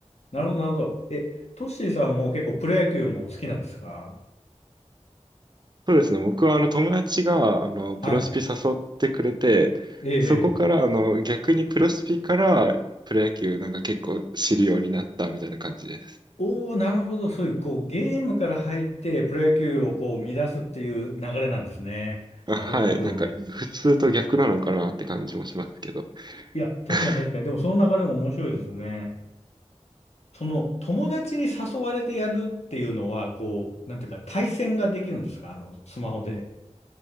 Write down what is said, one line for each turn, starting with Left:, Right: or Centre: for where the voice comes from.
Left: なるほど、なるほど。え、トッシーさんも結構プロ野球も好きなんですか
Right: そうですね。僕はあの友達があのプロスピ誘ってくれて、
Left: はい。ええ、ええ。
Right: そこからあの逆にプロスピからプロ野球なんか結構知るようになったみたいな感じです。
Left: おー、なるほど。そういう、こう、ゲームから入って、プロ野球をこう、乱すっていう流れなんですね。
Right: あ、
Left: なるほど。
Right: はい。なんかうん。普通と逆なのかなって感じもしますけど。
Left: いや、確かに確かに。
Right: <laughs>
Left: でも、その流れも面白いですよね。その、友達に誘われてやるっていうのは、こう、なんていうか、対戦ができるんですかあの、スマホで。